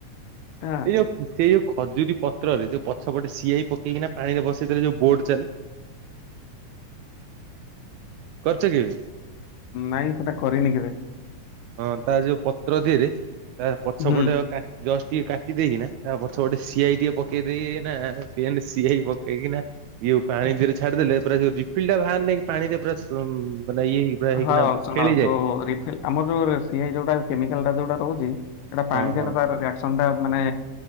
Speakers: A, on the right; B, on the left.
A: -
B: ହଁ
A: <unintelligible> ସେଇ ଯୋଉ ଖଜୁରୀ ପତ୍ରରେ ଯୋଉ ପଛପଟେ ସିଆଇ ପକେଇକିନା ପାଣିରେ ଭସେଇ ଦେଲେ ଯଉ ବୋର୍ଡ ଚାଲେ। କରିଛ କେବେ?
B: ନାଇଁ ସେଟା କରିନି କେବେ?
A: ହଁ ତା ଯୋଉ ପତ୍ର ଧିଏରେ ତା ପଛପଟେ
B: ହୁଁ
A: ଅ କା ଜଷ୍ଟ ଟିକେ କାଟି ଦେଇେଇକିନା ତା ପଛ ପଟେ ସିଆଇ ଟିକେ ପକେଇ ଦେଇକି ନା ପେନ୍ ସିଆଇ ପକେଇକିନା ଇଆକୁ ପାଣି ଧିଏରେ ଛାଡିଦେଲେ ପୁରା ଯୋଉ ରିଫିଲ୍ ଟା ବାହାରେ ନକି ପାଣି ପୁରା ମାନେ ଇଏ ହେଇକି ପୁରା ହେଇକିନା
B: ହଁ ଶୁଣୁ
A: ଖେଳିଯାଏ
B: <unintelligible> ଆମର ଯୋଉ ସିଆଇ ଯୋଉଟା କେମିକାଲ ଟା ଯୋଉଟା ରହୁଛି ସେଇଟା ପାଣି
A: ହଁ ହଁ
B: <unintelligible> ଥଣ୍ଡା ମାନେ